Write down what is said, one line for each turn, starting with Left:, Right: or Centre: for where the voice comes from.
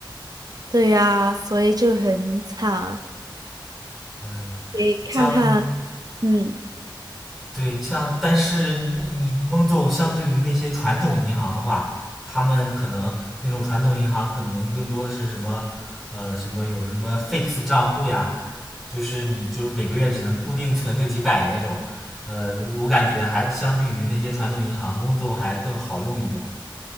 Right: 对呀，所以就很惨。
Centre: 嗯，
Right: 得看看，
Centre: 相
Right: 嗯，
Centre: 对像，但是你你蒙总相对于那些传统银行的话，他们可能那种传统银行可能更多的是什么，呃，什么有什么 fix 账户呀，就是你就是每个月只能固定存个几百那种。呃，我感觉还相比于那些传统银行，蒙总还更好用一点。